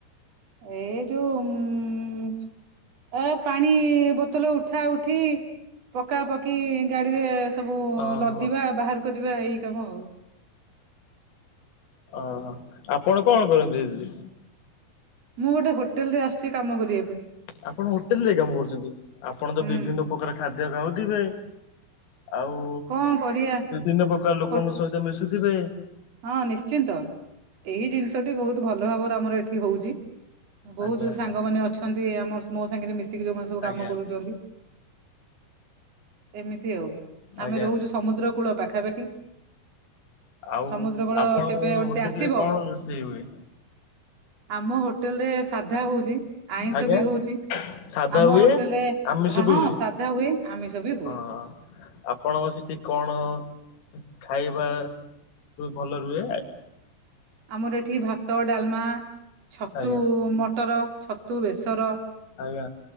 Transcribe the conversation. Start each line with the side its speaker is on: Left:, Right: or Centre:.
Right: ଏଇ ଯୋଉ ପାଣି ବୋଲି ଉଠାଉଠି ଏଠି ପକା ପକି ଗାଡିରେ ସବୁ
Left: ଅହଁ।
Right: ଲଦିବା ବାହାର କରିବା ଏଇ କାମ ଆଉ।
Left: ଓ ଆପଣ କଣ କରନ୍ତି ଦିଦି?
Right: ମୁଁ ଗୋଟେ ହୋଟେଲ ରେ ଆସିଛି କାମ କରିବାକୁ।
Left: ଆପଣ ହୋଟେଲ ରେ କାମ କରୁଛନ୍ତି ଆପଣ ତ
Right: ହୁଁ।
Left: ବିଭିନ୍ନ ପ୍ରକାର ଖାଦ୍ୟ ଖାାଉଥିବେ? ଆଉ
Right: କଣ କରିବା
Left: ବିଭିନ୍ନ ପ୍ରକାର ଲୋକଙ୍କ
Right: ହୋ
Left: ସହିତ ମିଶୁଥିବେ।
Right: ହଁ ନିଶ୍ଚିନ୍ତ ଏହି ଜିନିଷଟି ବହୁତ ଭଲ ଭାବରେ ଆମର ଏଠି ଏଠ ହେଉଛି ବହୁତ
Left: ଆଜ୍ଞା ଆଜ୍ଞା
Right: ସାଙ୍ଗମାନେ ଅଛନ୍ତି ଆମ ମୋ ସାଙ୍ଗରେ ମିଶିକି ଯେଉଁମାନେ ସବୁ
Left: ଆଜ୍ଞା
Right: କାମ କରୁଛନ୍ତି। ଏମିତି ଆଉ
Left: ଆଜ୍ଞା
Right: ଆମେ ରହୁଛୁ ସମୁଦ୍ର କୂଳ ପାଖାପାଖି।
Left: ଆଉ
Right: ସମୁଦ୍ର କୂଳ
Left: ଆପଣଙ୍କ
Right: କେବେ ଗୋଟେ
Left: ହୋଟେଲରେ
Right: ଆସିବ
Left: କଣ ରୋଷେଇ ହୁଏ?
Right: ଆମ ହୋଟେଲ ରେ ସାଧା ହଉଛି ଆଇଁଷ
Left: ଆଜ୍ଞା
Right: ବି ହଉଛି।
Left: ସାଧା
Right: ଆମ
Left: ହୁଏ
Right: ହୋଟେଲରେ
Left: ଆମିଷ ବି
Right: ହଁ
Left: ହୁଏ
Right: ସାଧା ହୁଏ ଆମିଷ ବି ହୁଏ।
Left: ହଁ ତାହା ଆପଣଙ୍କ ସେଠି କଣ ଖାଇବା ଭଲ ରହେ?
Right: ଆମର ଏଠି ଭାତ ଡାଲମା ଛତୁ
Left: ଆଜ୍ଞା
Right: ମଟର ଛତୁ ବେସର।
Left: ଆଜ୍ଞା